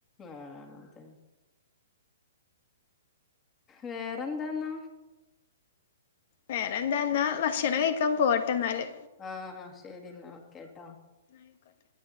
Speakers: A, on the left; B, on the left.
A: ആഹ് അതെ വേറെന്താന്നാ
B: വേറെ എന്താന്നാ ഭക്ഷണം കഴിക്കാൻ പോവട്ടെ ഇന്നാല്.
A: ആഹ് ആഹ് ശെരിന്നാ ഓക്കെ ട്ടോ.
B: ആയിക്കോട്ടെ.